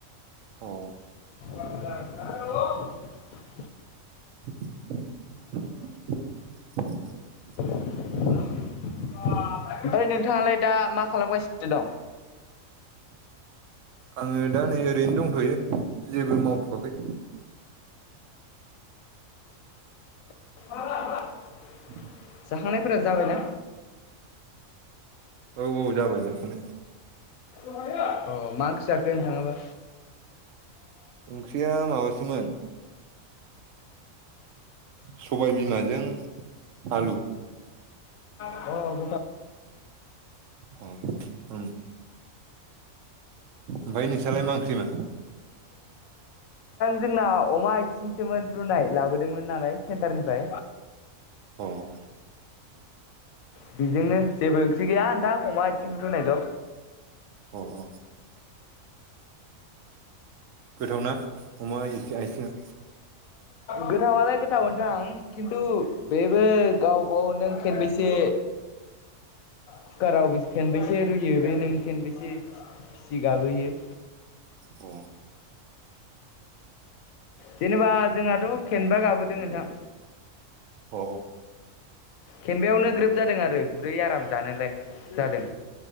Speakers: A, on the right (about 70°); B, on the left (about 80°).
A: अ।
B: <unintelligible>
A: <inaudible>
B: ओमफाय नोंथाङालाय दा मा खालामगासिनो दं।
A: आङो दा नै ओरैनो दंथ'यो जेबो मावथ'वाखै। <inaudible>
B: <unintelligible>
A: <inaudible>
B: जाखांनायफोरा जाबाय ना।
A: औ औ जाबाय जाखांनाय।
B: अ मा जाखो नोथांआबा
A: ओंख्रिया माबासोमोन सबाय बिमाजों आलु।
B: <unintelligible> <unintelligible> <inaudible> नोंथां
A: अ उम ओमफ्राय नोंस्रालाय मा ओंख्रिमोन
B: जोंना अमा आथिंसोमोन रुनाय लाबोदोंमोन नालाय। सेन्टारनिफ्राय
A: अ <inaudible>
B: बेजोंनो जेबो ओंख्रि गैया नोंथां अमा आथिं रुनायल'।
A: अ ओ। गोथावना अमा आइ-आइथिङा?
B: गोथावालाय गोथाव नोंथां खिन्थु बेबो गावबाव नों खेनबेसे
A: <inaudible>
B: कुकाराव खेनबेसे रुयो बे नों खेनबेसे सिथि गाबोयो
A: अ
B: जेनोबा जोंहाथ' खेनबा गाबोदों नोंथां।
A: अ
B: खेनबायावनो ग्रोब जादों आरो गुरै आराम जानायोलाय जादों